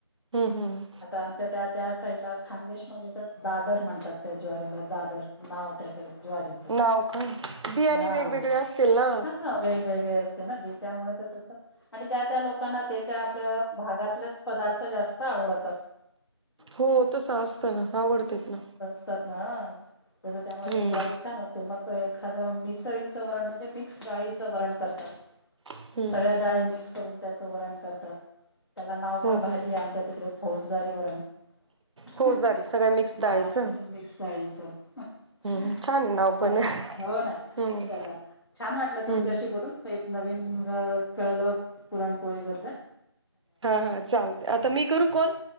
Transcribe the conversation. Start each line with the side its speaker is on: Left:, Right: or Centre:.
Right: हम्म हम्!
Left: आता आमच्या त्या त्या साईडला खान्देशमध्ये तर दादर म्हणतात. त्या ज्वारीला दादर. नाव त्या त्या ज्वारीचं.
Right: हाव का? बियाणे
Left: ह
Right: वेगवेगळे असतील ना
Left: हा वेगवेगळे असते ना बी त्यामुळे तर तस आणि त्या त्या लोकांना ते त्या आपल्या भागातलच पदार्थ जास्त आवडतात.
Right: हो तसं असतं ना आवडतेत ना.
Left: तात ना हा तर त्यामुळे
Right: हम्म
Left: ती ज्वारी छान होते मग काय आ मिसळीचं वरण म्हणजे मिक्स डाळीचं वरण करतात-
Right: हम्म
Left: सगळ्या डाळी मिक्स करून त्याचं वरण करतात त्याला नाव
Right: हम्म
Left: पण भारी
Right: हम्म
Left: आहे आमच्या तिकडे. फौजदारी वरण.
Right: फौजदारी
Left: हा
Right: सगळ्या मिक्स डाळीचं
Left: मिक्स डाळीच <inaudible>
Right: हम्म छान आहे नाव
Left: चला.
Right: पण
Left: हो ना
Right: हम्म
Left: चला, छान वाटलं तुमच्याशी
Right: हम्म
Left: बोलू- एक नवीन अ कळलं पुरणपोळी बद्दल.
Right: हा हा चालते आता मी करू कॉल?